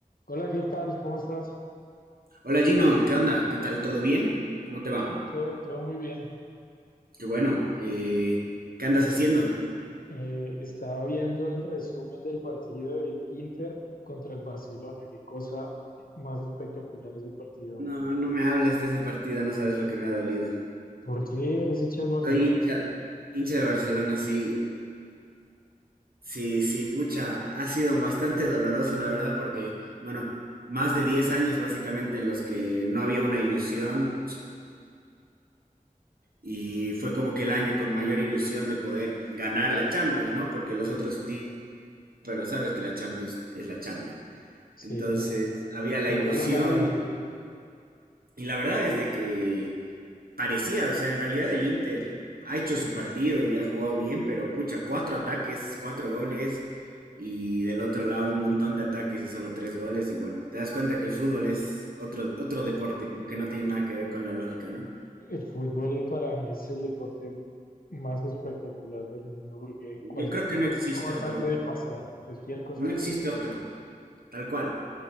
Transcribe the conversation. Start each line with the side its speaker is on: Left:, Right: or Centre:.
Left: Hola, ¿qué tal? ¿Cómo estás?
Right: Hola Gino, ¿qué onda? ¿Qué tal? ¿Todo bien? ¿Cómo te va?
Left: Sí, todo, todo muy bien.
Right: Qué bueno. Eh, ¿qué andas haciendo?
Left: Eh, estaba viendo el resumen del partido del Inter contra el Barcelona. Qué cosa más espectacular ese partido,
Right: No,
Left: hombre.
Right: no me hables de ese partido, no sabes lo que me ha dolido.
Left: ¿Por qué eres hincha del Barcelona?
Right: Soy hincha, hincha de Barcelona, sí, sí, sí, pucha, ha sido bastante doloroso, la verdad, porque, bueno, más de 10 años básicamente en los que no había una ilusión y fue como que el año con mayor ilusión de poder ganar la Champions, ¿no? Porque los otros, ti- pero sabes que la Champions es la Champions.
Left: Sí,
Right: Entonces,
Left: claro, man.
Right: había la
Left: Cuánto
Right: ilusión
Left: lo lamento.
Right: y, y la verdad es de que parecía, o sea, en realidad el Inter ha hecho su partido y ha jugado bien, pero pucha, cuatro ataques, cuatro goles y del otro lado un montón de ataques y solo tres goles y bueno, te das cuenta que el fútbol es otro, otro deporte que no tiene nada que ver con la lógica, ¿no?
Left: El fútbol para mí es el deporte más espectacular del mundo porque cualquier
Right: Yo creo que no existe
Left: cosa
Right: otro,
Left: puede pasar, cualquier cosa
Right: no
Left: puede
Right: existe
Left: pasar.
Right: otro, tal cual.